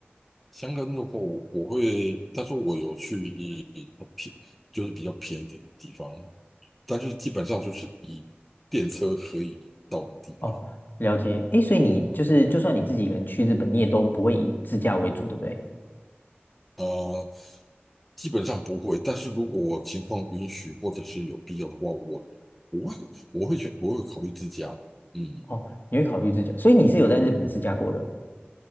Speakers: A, in the centre; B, on the left (about 50°).
A: 香根的话我，我会，但是我有去一偏就是比较偏一点的地方，但是基本上就是以电车可以到的地方。
B: 哦，了解。哎，所以你就是就算你自己一个人去日本，你也都不会以自驾为主，对不对？
A: 呃基本上不会，但是如果我情况允许或者是有必要的话，我我会我会选我会考虑自驾。嗯
B: 哦，你会考虑自驾，所以你是有在日本自驾过的。